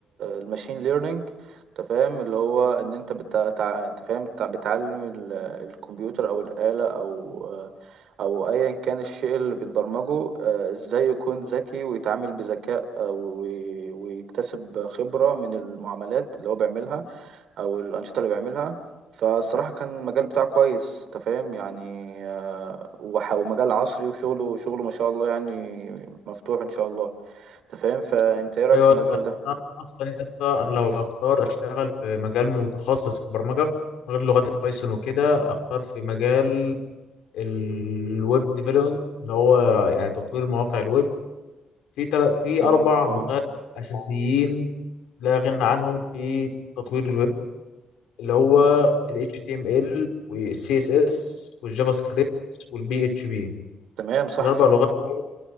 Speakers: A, on the right; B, on the left.
A: الماشين ليرنينج انت فاهم اللي هو ان انت بتع... تع- انت فاهم بتع- بتعلم ال- الكمبيوتر او الآلة او او ايا كان الشيء اللي بتبرمجه آه، ازاي يكون ذكي ويتعامل بذكاء آه، وي- ويكتسب خبرة من المعاملات اللي هو بيعملها او الأنشطة اللي بيعملها فالصراحة كان المجال بتاعه كويس انت فاهم يعني آه، وح- ومجال عصري وشغله شغله ما شاء الله يعني مفتوح ان شاء الله انت فاهم فانت ايه رايك
B: ايوه
A: في المجال
B: أصلاً.
A: ده
B: انا اصلا يا اسطى، انا لو اختار اشتغل في مجال متخصص في البرمجه غير لغات البايثون وكده اختار في مجال الويب ديفلوبمنت اللي هو يعني تطوير مواقع الويب في تل... في اربع
A: اه
B: لغات
A: اه
B: اساسيين لا غنى عنهم في تطوير الويب اللي هو ال HTML وال CSS والجافا سكريبت والبي اتش بي
A: تمام صح
B: الاربع
A: فعلا
B: لغات دول